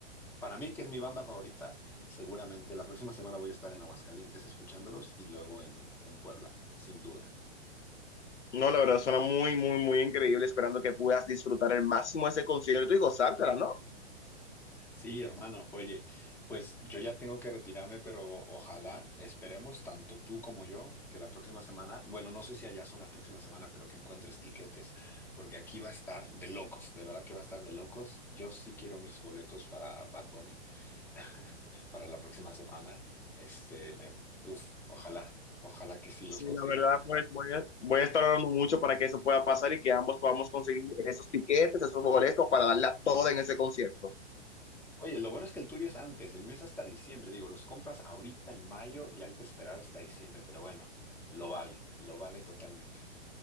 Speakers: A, in the centre; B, on the left (about 85°).
A: para mí, que es mi banda favorita, seguramente la próxima semana voy a estar en Aguascalientes escuchándolos y luego en, en Puebla, sin duda.
B: No, la verdad, suena muy, muy, muy increíble, esperando que puedas disfrutar al máximo ese concierto y gozártela, ¿no?
A: Sí, hermano, oye, pues yo ya tengo que retirarme, pero ojalá, esperemos tanto tú como yo que la próxima semana, bueno, no sé si allá son la próxima semana, pero que encuentres tiquetes, porque aquí va a estar de locos, de verdad que va a estar de locos. Yo sí quiero mis boletos para Bad Bunny <laughs> para la próxima semana. Este, uf, ojalá, ojalá que sí los
B: Sí,
A: consiga.
B: la verdad, pues voy a, voy a estar orando mucho para que eso pueda pasar y que ambos podamos conseguir esos tiquetes, esos boletos para darla toda en ese concierto.
A: Oye, lo bueno es que el tuyo es antes, el mío es hasta diciembre. Digo, los compras ahorita en mayo y hay que esperar hasta diciembre, pero bueno, lo vale, lo vale totalmente.